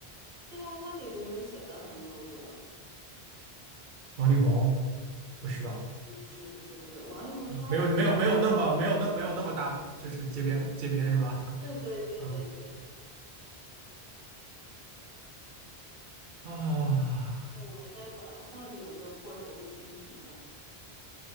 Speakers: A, on the right; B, on the right.
A: 对呀、他给别人写了很多歌，
B: 王力宏不是吧？
A: 是不是不是不是，王力宏太火了，
B: 嗯，没有没有没有那么没有那没有那么大，就是街边街边是吧？
A: 对对对对对，
B: <laughs> 啊啊，
A: 我还在找他到底有没有获得过金曲奖，